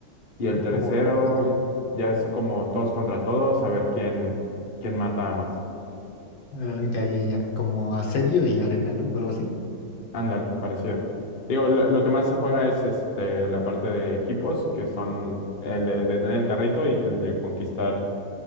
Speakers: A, on the left; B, on the left.
A: Y el tercero
B: Como... ajá.
A: ya es como todos contra todos, a ver quién, quién mata a más.
B: Ah, ya, ya, ya. Como asedio y arena, ¿no? O algo así.
A: Ándale, parecido. Digo, lo, lo que más se juega es este, la parte de equipos, que son el de detener el carrito y el de conquistar